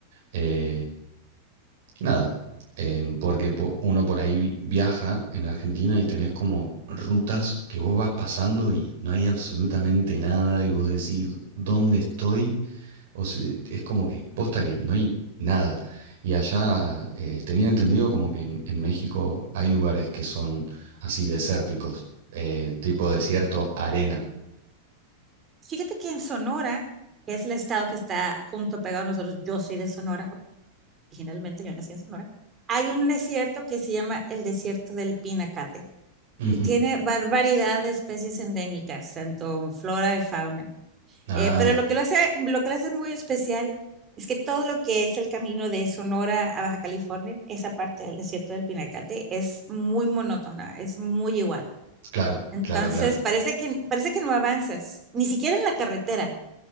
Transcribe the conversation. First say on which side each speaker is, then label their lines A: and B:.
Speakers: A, on the right; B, on the right.
A: eh, nada, eh, porque po- uno por ahí vi- viaja en Argentina y tenés como rutas que vos vas pasando y no hay absolutamente nada y vos decís, ¿dónde estoy? O sea, es como que posta que no hay nada. Y allá eh, tenía entendido como que en, en México hay lugares que son así desérticos, eh, tipo desierto, arena.
B: Fíjate que en Sonora, que es el estado que está junto pegado a nosotros, yo soy de Sonora, originalmente yo nací en Sonora, hay un desierto que se llama el desierto del Pinacate
A: Ujú.
B: y tiene barbaridad de especies endémicas, tanto en flora y fauna.
A: Ah,
B: Eh, pero lo que lo hace, lo que lo hace muy especial es que todo lo que es el camino de Sonora a Baja California, esa parte del desierto del Pinacate, es muy monótona, es muy igual.
A: claro,
B: Entonces,
A: claro, claro.
B: parece que, parece que no avanzas, ni siquiera en la carretera